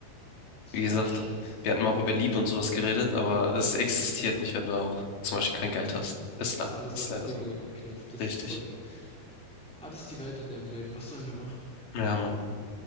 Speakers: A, in the centre; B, on the left.
A: Das
B: Wie
A: ist so
B: gesagt,
A: ein Scheiß.
B: wir hatten mal auch über Liebe und sowas geredet, aber es existiert nicht, wenn du auch zum Beispiel kein Geld hast.
A: Das
B: Ist
A: ist
B: da.
A: alles
B: Ist
A: an
B: leider
A: Bedingungen
B: so.
A: geknüpft. Das
B: Richtig.
A: ist voll. Ah, das ist die Welt, in der wir leben. Was sollen wir machen?
B: Ja, Mann.